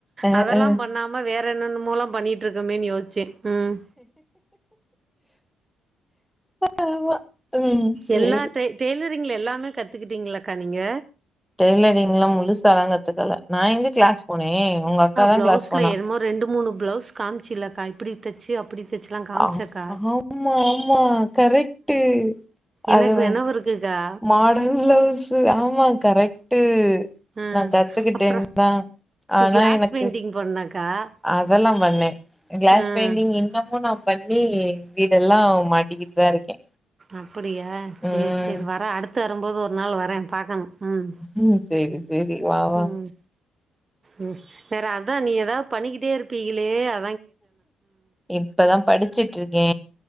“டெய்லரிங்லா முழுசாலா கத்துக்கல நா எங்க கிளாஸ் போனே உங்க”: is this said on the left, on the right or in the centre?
Centre